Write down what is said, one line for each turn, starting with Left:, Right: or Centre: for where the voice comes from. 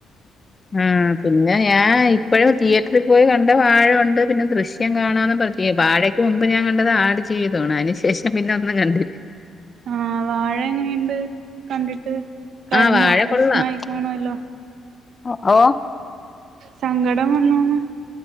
Left: ആഹ്, പിന്നെ ഞാൻ ഇപ്പഴും തിയേറ്ററിൽ പോയി കണ്ട വാഴയുണ്ട്, പിന്നെ ദൃശ്യം കാണാ വാഴക്ക് മുമ്പ് ഞാൻ കണ്ടത് ആട് ജീവിതമാണ്. അയ്ന് ശേഷം പിന്നെ ഒന്നും കണ്ടില്ല
Right: ആഹ്, വാഴ എങ്ങെനിണ്ട് കണ്ടിട്ട് കരഞ്ഞോ,
Left: ആഹ് വാഴ
Right: വെഷ്മായിക്കാണുവല്ലോ
Left: കൊള്ളാം ഓ ഓഹ്
Right: സങ്കടം വന്നോന്ന്.